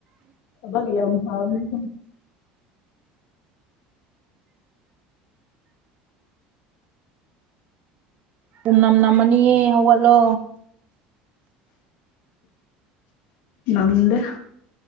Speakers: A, on the left; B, on the right.
A: ꯁꯕ ꯌꯥ ꯊꯥꯕꯅꯦ
B: ꯄꯨꯝꯅꯝ ꯅꯝꯃꯅꯤꯌꯦ ꯍꯧꯒꯠꯂꯣ
A: ꯅꯪꯗꯦ